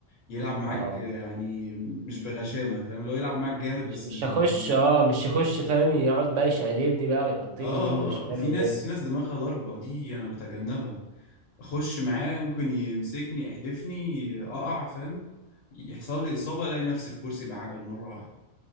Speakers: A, on the left (about 80°); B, on the right (about 75°).
A: يلعب معاك
B: اه
A: يعني مش بغشامه فاهم اللي هو يلعب معاك جامد
B: مش
A: بس
B: مش
A: مش بغشامه
B: هخش اه مش هخش فاهم يقعد بقى يشقلبني بقى ويحطني
A: اه آه،
B: يمين وشمال
A: آه، في
B: وكده
A: ناس في ناس دماغها ضاربه دي انا بتجنبها اخش معاه ممكن يمسكني يحدفني اقع فاهم يحصل لي اصابه الاقي نفسي في كرسي بعجل مره واحده